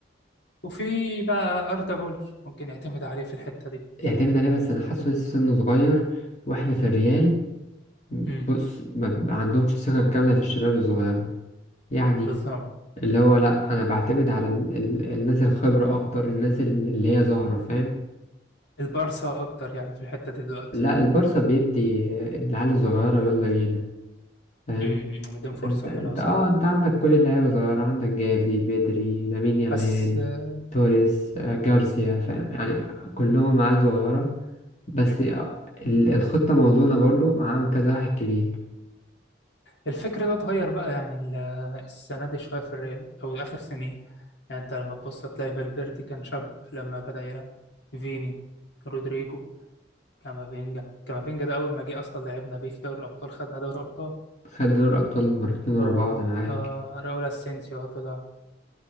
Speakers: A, on the left; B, on the left.
A: وفي بقى أردا جولر ممكن يعتمد عليه في الحتة دي
B: يعتمد عليه بس انا حاسه لسه سنه صغير واحنا في الريال
A: امم
B: بص ما عندهمش ثقه كامله في الشباب الصغيره يعني
A: بالظبط
B: اللي هو لا انا بعتمد على ال ال الناس الخبره اكتر الناس ال- اللي هي ظاهره فاهم
A: البارسا اكتر يعني في الحته دي دلوقتي
B: لا البارسا بيدي العيال الصغيره يلا بينا فاهم
A: امم مدين فرصه
B: انت انت
A: حلوه صراحه
B: اه انت عندك كل اللعيبة صغيرة عندك جافي بدري لامين يامال
A: بس آه،
B: توريس آه، جارسيا فاهم يعني كلهم عيال صغيرة بس
A: مم.
B: آه، ال- الخطة موزونة برضو معاهم كذا واحد كبير
A: الفكر ده اتغير بقى يعني ال- السنه دي شويه في الريال او اخر سنين يعني انت لما تبص هتلاقي فالفيردي كان شاب لما بدا يلعب فيني رودريجو كامافينجا كامافينجا ده اول ما جه اصلا لعبنا بيه في دوري الابطال خدنا دوري ابطال
B: خد دوري أبطال مرتين ورا
A: ف
B: بعض معاك
A: آه، راؤول اسينسيو أهو طلع